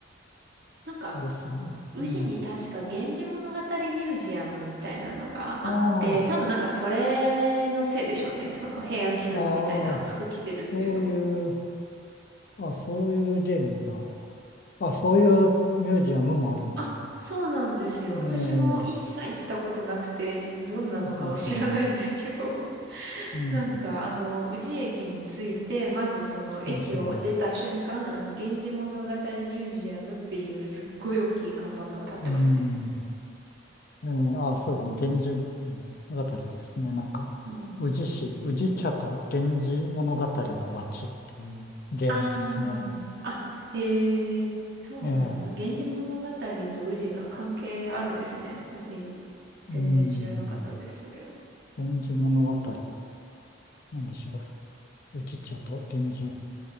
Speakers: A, on the right (about 55°); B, on the left (about 50°).
A: なんか、
B: あれっすね、
A: 宇治に確か源氏物語ミュージアムみたいなのがあって、
B: うん。ああ、
A: 多分なんかそれのせいでしょうね。その平安貴族みたいな服着てるっていうのは。
B: ああ、そういう、あ、そういうゲームが、あ、そういうミュージアムもあるんですか。
A: あ、そうなんですよ。
B: ええ
A: 私も一切行ったことなくて、どんなのかは知らないんですけど。
B: そうそう、うん、
A: なんか、あの、宇治駅に着いて、まずその駅を出た瞬間、
B: そうそ
A: あの、源氏物語ミュージアムっていうすっごい大きい看板が立ってますね。
B: う、うん。うん、あ、そうですね。源氏物語ですね。なんか、
A: はい。
B: 宇治市、宇治茶と源氏物語の街っていうゲームですね。
A: ああ、あ、へえ、そうなんだ。
B: ええ、
A: 源氏物語と宇治が関係あるんですね。私、全然知らなかったです、
B: うん、
A: それを。
B: 源氏物語、なんでしょう。宇治茶と源氏